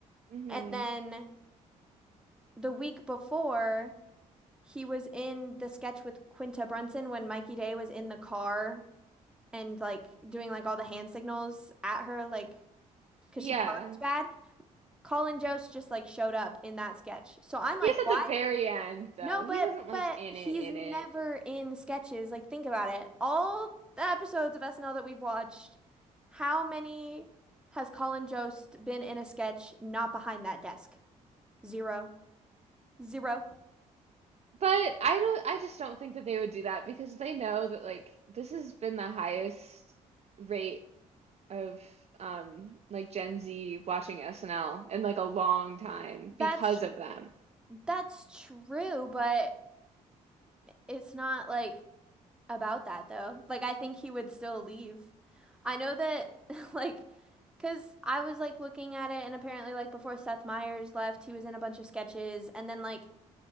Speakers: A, on the right; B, in the centre.
A: Mm-hmm.
B: and then the week before he was in the sketch with Quinta Brunson when Mikey Day was in the car and like doing like all the hand signals at her, like because
A: Yeah.
B: she parked bad. Colin Jost just like showed up in that sketch. So I'm like,
A: He was at
B: why?
A: the very end though.
B: No,
A: He
B: but
A: wasn't like
B: but
A: in
B: he's
A: it in
B: never
A: it.
B: in sketches. Like think about it. All the episodes of SNL that we've watched, how many has Colin Jost been in a sketch not behind that desk? Zero. Zero.
A: But I don't I just don't think that they would do that because they know that like this has been the highest rate of um like Gen Z watching SNL in like a long time
B: That's
A: because of them.
B: that's true, but It's not like about that though. Like I think he would still leave. I know that <laughs> like because I was like looking at it and apparently like before Seth Meyers left, he was in a bunch of sketches and then like